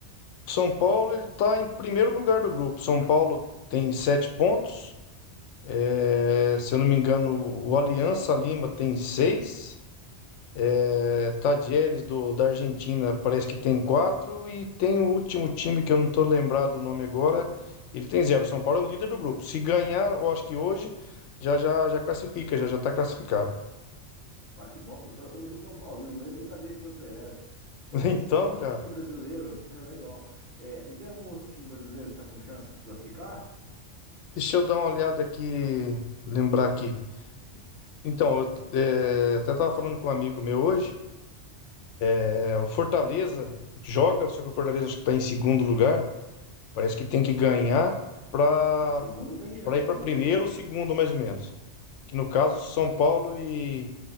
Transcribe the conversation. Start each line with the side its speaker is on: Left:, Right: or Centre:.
Left: São Paulo ele está em primeiro lugar do grupo. São Paulo tem sete pontos. É, se eu não me engano, o Aliança Lima tem seis. É, Tadieres do, da Argentina parece que tem quatro. E tem o último time que eu não estou lembrado o nome agora. Ele tem zero. São Paulo é o líder do grupo. Se ganhar, eu acho que hoje já já, já classifica, já já está classificado.
Right: Ah, que bom, porque eu, tô- eu também sou São Paulino, né? Eu nem sabia que você era. Pô,
Left: <laughs>
Right: e assim,
Left: Então,
Right: tem outro
Left: cara.
Right: time brasileiro, <laughs> legal. É, não tem algum outro time brasileiro que tá com chance de classificar?
Left: Deixa eu dar uma olhada aqui, lembrar aqui. Então, eu é, até estava falando com um amigo meu hoje. é, o Fortaleza joga, só que o Fortaleza acho que está em segundo lugar. Parece que tem que ganhar para
Right: A segunda tem chance
Left: para ir para
Right: ainda,
Left: primeiro
Right: então.
Left: ou segundo, mais ou menos. Que no caso, São Paulo e,